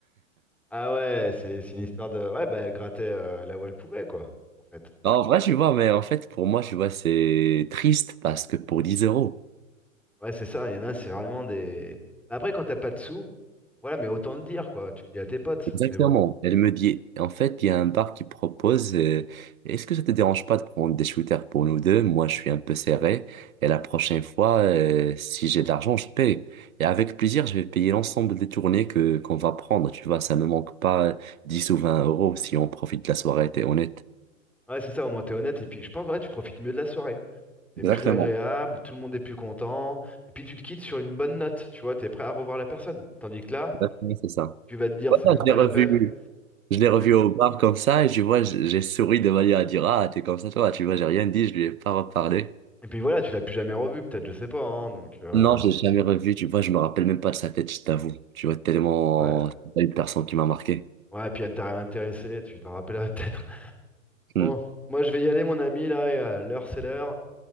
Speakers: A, in the centre; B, on the right.
A: Ah ouais, c'est c'est une histoire de. Ouais, bah elle grattait euh, là où elle pouvait, quoi, en fait.
B: Bah, En vrai, tu vois, mais en fait, pour moi, tu vois, c'est triste parce que pour 10 euros,
A: Ouais, c'est ça, il y en a, c'est vraiment des. Bah, Après, quand t'as pas de sous, voilà, mais autant le dire, quoi. Tu le dis à tes potes,
B: exactement,
A: mais bon.
B: elle me dit, en fait, il y a un bar qui propose, euh, est-ce que ça te dérange pas de prendre des shooters pour nous deux? Moi, je suis un peu serré et la prochaine fois, euh, si j'ai de l'argent, je paye. Et avec plaisir, je vais payer l'ensemble des tournées que qu'on va prendre, tu vois, ça ne manque pas 10 ou 20 euros si on profite de la soirée, t'es honnête.
A: Ouais, c'est ça, au moins t'es honnête, et puis je pense, ouais, tu profites mieux de la soirée. C'est
B: Exactement,
A: plus agréable, tout le monde est plus content, et puis tu te quittes sur une bonne note, tu vois, t'es prêt à revoir la personne. Tandis que là,
B: exactement, c'est ça.
A: tu vas te dire,
B: Voilà,
A: c'est même
B: je
A: pas
B: l'ai revu.
A: la peine.
B: Je l'ai
A: Ah,
B: revu
A: tu l'as-
B: au bar comme ça et tu vois, j- j'ai souri de manière à dire, ah, t'es comme ça, toi. Tu vois, j'ai rien dit, je lui ai pas reparlé.
A: Et puis voilà, tu l'as plus jamais revu, peut-être, je sais pas. hein, donc, euh,
B: Non, je l'ai jamais revu, tu vois, je me rappelle même pas de sa tête, je t'avoue. Tu vois, tellement,
A: ouais.
B: c'est pas une personne qui m'a marqué.
A: Ouais, et puis elle t'a réintéressé, tu t'en rappelleras peut-être. <laughs>
B: Hmm.
A: Bon, moi je vais y aller, mon ami, là, et, euh, l'heure c'est l'heure.